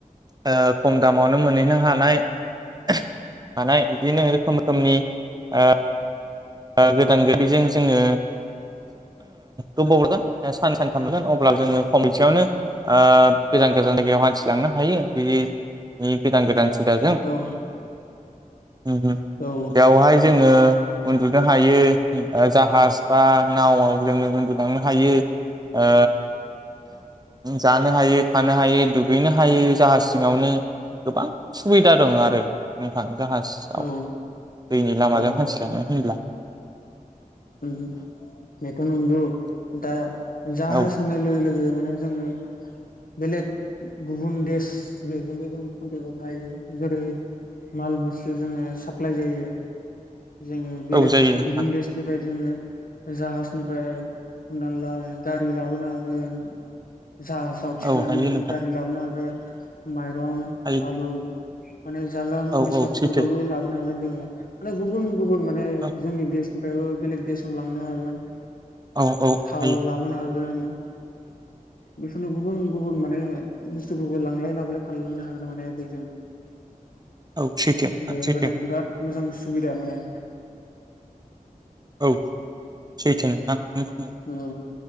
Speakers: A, on the right; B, on the left.
A: ओ खम दामावनो मोनैनो हानाय थानाय बिदिनो रोखोम रोखोमनि ओ ओ गोदान गोदिजों जोङो गोबाव हरगोन सान सान खामगोन अब्ला जोङो खमैसेयावनो ओ गोजान गोजान जायगायाव हान्थिलांनो हायो बिदि गोदान गोदान सुबिदाजों
B: औ
A: उम उम
B: औ
A: बेवहाय जोङो उन्दुनो हायो जाहाज बा नावआव जोङो उन्दुलांनो हायो ओ जानो हायो थानो हायो दुगैनो हायो जाहाज सिङावनो गोबां सुबिदा दं आरो नोंथां जाहाजाव
B: औ
A: दैनि लामाजों
B: औ
A: हान्थिलाङो ब्ला
B: उम बेथ' नंगौ दा जाहाज
A: औ
B: होननाय लोगो लोगो माने जोङो बेलेग गुबुन देश बेजोंबो जो कन्टेक्टाव थायो जेरै माल बुस्थु जोङो साफ्लाइ जायो जोङो बेलेग
A: औ जायो नोंथां
B: गुबुन देश जोङो जाहाजनिफ्राय हमना ला गारि लाबोनो हागोन जाहाजाव थिखांनानै
A: औ हायो नोंथां
B: गारि लाबोनो हागोन माइरं,
A: हायो
B: आलु माने जाग्रा
A: औ
B: बेसादफोरखौबो
A: औ सैथो
B: लाबोनो हागोन जोङो माने गुबुन गुबुन माने
A: औ
B: जोंनि देश निफ्रायबो बेलेग देशाव लांनो हागोन
A: औ औ
B: थाव
A: हायो
B: लाबोनो हागोन <unintelligible> बेफोरनो गुबुन गुबुन माने बुस्थुफोरखौ लांलाय लाबोलाय खालामनो हागोन माने बेजों
A: <inaudible> सैथो नोंथां
B: बे
A: सैथो
B: बिराद मोजां सुबिदा माने
A: औ सैथो नोंथां नों
B: औ